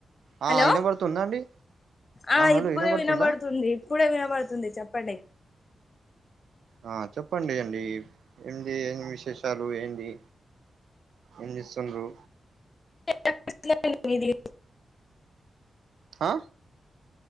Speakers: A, on the right (about 80°); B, on the left (about 30°).
A: ఆ
B: హలో
A: ఇనబడుతుందా అండి
B: ఆ
A: హలో
B: ఇప్పుడే
A: ఇనబడుతుందా
B: వినబడుతుంది ఇప్పుడే వినబడుతుంది చెప్ప పండి
A: ఆ చెప్పండి అండి ఏది ఏమి విశేషాలు ఏంది ఏం చెస్థండ్రు
B: <unintelligible> వినిపిస్తాత లేదండి మీది
A: ఆ